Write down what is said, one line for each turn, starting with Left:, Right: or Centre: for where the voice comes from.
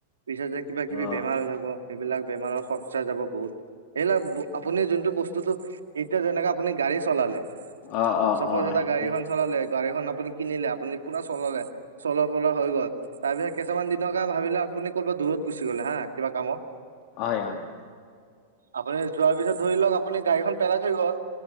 Right: পিছত যে কিবা কিবি
Left: অ
Right: বেমাৰ হৈ থাকব সেইবিলাক বেমাৰৰ খৰচা যাব বহুত সেইবিলাক ব আপুনি যোনটো বস্তুটোটো এতিয়া যেনেকে আপুনি গাড়ী চলালে
Left: অ অ
Right: চাপজ
Left: অ
Right: এটা
Left: সেইটো
Right: গাড়ীখন চলালে গাড়ীখন আপুনি কিনিলে আপুনি পুৰা চলালে চলাবলে হৈ গ'ল তাৰ পিছত কেইটামান দিনৰ কাৰনে ভাবিলে আপুনি ক'বাত দূৰত গুচি গ'লে হা কিবা কামত
Left: হয় হয়
Right: আপুনি যোৱাৰ পিছত ধৰি লওক আপুনি গাড়ীখন পেলাই থৈ গল